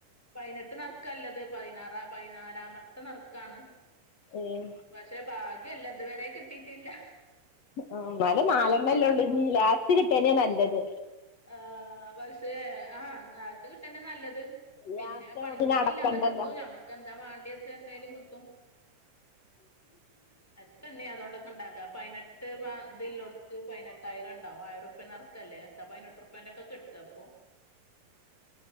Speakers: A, in the centre; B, on the left.
A: പതിനെട്ട് നറുക്കല്ലത് പതിനാറാം പതിനാലാമത്തെ നറുക്കാണ്
B: ഏഹ്
A: പക്ഷെ ഭാഗ്യല്ല ഇതുവരെ കിട്ടിയിട്ടില്ല.
B: ആഹ് ബല നാലെണ്ണല്ലേ ഉള്ളു നി ലാസ്റ്റ് കിട്ടനേ നല്ലത്
A: ആഹാ വശേ ആഹാ നേരത്തെ കിട്ടന്നെ നല്ലത്. പിന്നെ
B: ലാസ്റ്റ് ആവുമ്പോ
A: പണിക്കോള
B: പിന്നെ അടക്കണ്ടല്ലോ
A: ഇല്ലാതെ കിട്ടും, ഞമ്മക്ക് എന്താ വേണ്ടിയ എന്തായാലും കിട്ടും. <inaudible> എത്തണ്ണീ അതുകൊണ്ടൊക്കെ ഉണ്ടാക്കാ, പതിനെട്ട് ഇതില്ലോട്ത്ത് പതിനെട്ടായിരം ഉണ്ടാവും ആയിരം- റക്കല്ലേ എത്ത പതിനെട്ട് റുപ്പന്റെ- ഒക്കെ കെട്ടാ അപ്പോ,